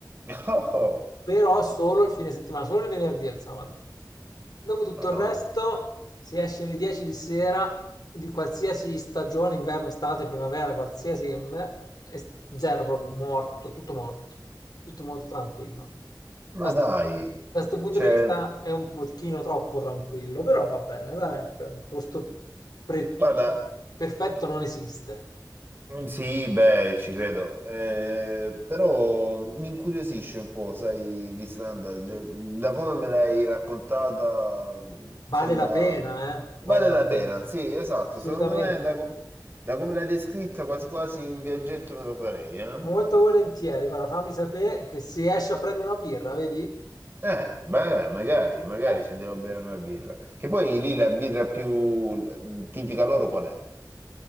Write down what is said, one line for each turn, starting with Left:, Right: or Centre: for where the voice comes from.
Right: Oh, oh.
Left: però solo il fine settimana, solo il venerdì e il sabato. Dopo tutto
Right: Madò.
Left: il resto, se esci alle 10 di sera di qualsiasi stagione, inverno, estate, primavera, qualsiasi, che me, è zero proprio, morto, tutto morto, tutto molto tranquillo. Da
Right: Ma dai,
Left: questo punto
Right: cioè,
Left: di vista è un pochino troppo tranquillo, però va bene, dai, per- un posto pre-
Right: guarda,
Left: perfetto non esiste.
Right: Mm, Sì, beh, ci credo, Eh, però mi incuriosisce un po', sai, l'Islanda, Cioè, da come me l'hai raccontata, mm,
Left: Vale
Right: sembra...
Left: la pena, eh?
Right: Vale
Left: Vale la
Right: la
Left: pena,
Right: pena, sì, esatto,
Left: assolutamente.
Right: secondo me da, com- da come l'hai descritta quasi quasi un viaggetto me lo farei, eh?
Left: Molto volentieri, guarda, fammi sapere che si esce a prendere una birra, vedi?
Right: Eh, beh, magari, magari
Left: Eh,
Right: ci andiamo a bere una birra. Che poi lì la birra più l- tipica loro qual è?